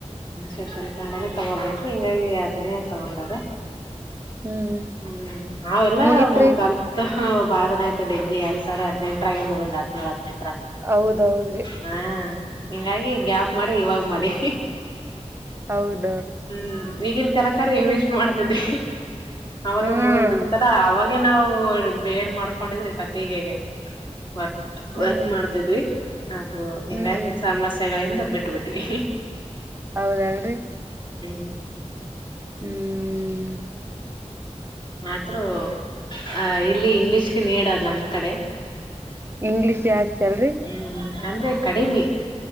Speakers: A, on the left (about 45°); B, on the right (about 20°).
A: ಸಷನ್ ಕಂಡನ ತಗೋಬೇಕು ಹಿಂಗಾಗಿ ಅ್ದನೇ ತಗೊಂಡದ
B: ಹ್ಮ್
A: ಹ್ಮ್ ನಾವೆಲ್ಲ
B: ಮುಗಿತ್ರಿ
A: ಮು ಕಲ್ತ್ ಹ ಬ್ನಯ್ತ ಗ್ರರಿ ಎರಡ್ಾವಿರ ಹದ್ಂಟರಾಗ ಮುಗ್ದ್ ಹಿನೇಳು ಹದಿನದು
B: ಹೌದೌದ್ರಿ
A: ಹ್ಮ್ ಹಿಂಗಾಗಿ ಗ್ಯಾಪ್ ಮಾಡಿ ಇವಾಗ್ ಮಾಡಿ
B: ಹೌದು
A: ಹ್ಮ್ ಈಗನ್ ಕೆಲಕ ಇಂಗ್ಲೀಷ್ ಮಾಡ್ತಿದ್ದೆ ಅವಾಗ
B: ಹ್ಮ್
A: ಮುಗದ್ ಬಿಟ್ಟತ್ತರ ಅವಾಗ ಹಾಗೆ ನಾವು ಬೇಡ್ ಮಾಡ್ಕೊಂಡಿದ್ರಿಟತಿಗೆಗೆ ವರ್ಕ್
B: ಹ್ಮ್
A: ವರ್ಕ್ ಮಾಡ್ತಿದ್ವಿ ಅದು ಹಿಂಗಾಗಿ
B: ಹ್ಮ್
A: ಸಮಸ್ಯೆಗಳಿಂದ್ರ. ಬಿಟ್ಟ ಬಿಿಟ್ಟವಿ
B: ಹೌದ್ರಿ
A: ಹ್ಮ
B: ಹ್ಮ್
A: ಆದ್ರೂ ಅ ಇಲ್ಲಿ ಇಂಗ್ಲಿಷ್ಗೆ ನೀಡದ್ ನಮ್ ಕಡೆ
B: ಇಂಗ್ಲಿೀಷ್ ಜಾಸ್ತಿ ಅಲ್ರಿ
A: ಹ್ಮ್ ಅಂದ್ರೆ ಕಡಿಮೆ